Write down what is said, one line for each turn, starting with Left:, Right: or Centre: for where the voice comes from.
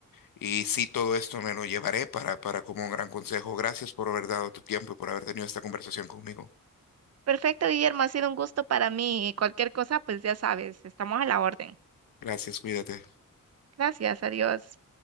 Left: y sí, todo esto me lo llevaré para, para como un gran consejo. Gracias por haber dado tu tiempo y por haber tenido esta conversación conmigo.
Right: Perfecto, Guillermo, ha sido un gusto para mí y cualquier cosa, pues ya sabes, estamos a la orden.
Left: Gracias, cuídate.
Right: Gracias, adiós.